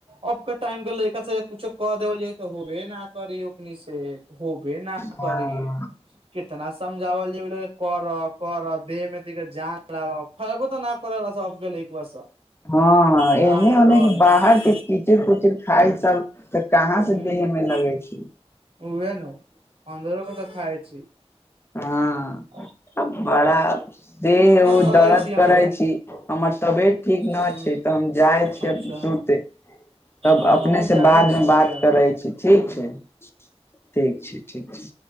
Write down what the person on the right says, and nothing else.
अब क टाइम गेलै एकर कुछो क देल जा तऽ होबे न कर ओखनि से होबे न
करी कितना समझावल जेल कर कर देहमेतिक जान लाब खयबो तऽ न कर अब के लड़कबा सब
काहे
कहल
जाय
हूँ
उहे नु अन्धर के तऽ खाइ छी
आ
करै
छी हम
फेन
हूँ
अच्छा
आ
हमहूँ
जाइ
छी सुते
आब